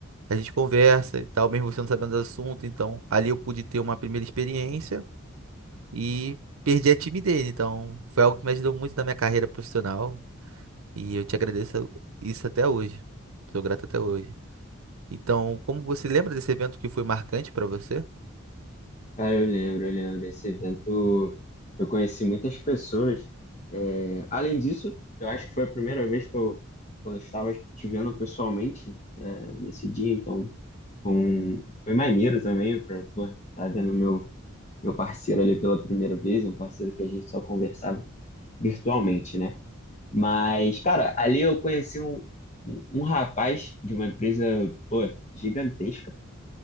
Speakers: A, on the right (about 85°); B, on the left (about 35°).
A: a gente conversa e tal, mesmo você não sabendo do assunto, então ali eu pude ter uma primeira experiência e perdi a time dele. Então, foi algo que me ajudou muito na minha carreira profissional e eu te agradeço isso até hoje. Sou grato até hoje. Então, como você lembra desse evento que foi marcante para você?
B: Cara, eu lembro, eu lembro. Esse evento eu conheci muitas pessoas. É, Além disso, eu acho que foi a primeira vez que eu, que eu estava te vendo pessoalmente, é, nesse dia, então foi, um- foi maneiro também pra, estar vendo meu meu parceiro ali pela primeira vez, um parceiro que a gente só conversava virtualmente, né? Mas, cara, ali eu conheci um, um um rapaz de uma empresa, pô, gigantesca.